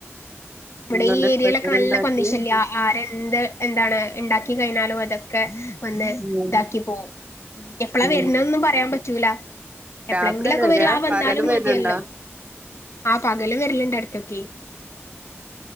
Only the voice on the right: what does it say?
ഇന്നെന്താ
സ്പെഷ്യൽ
ഉണ്ടാക്കിയെ
ഉം
ഉം
രാത്രിയല്ലേ വരാ
പകലും
വരലുണ്ടോ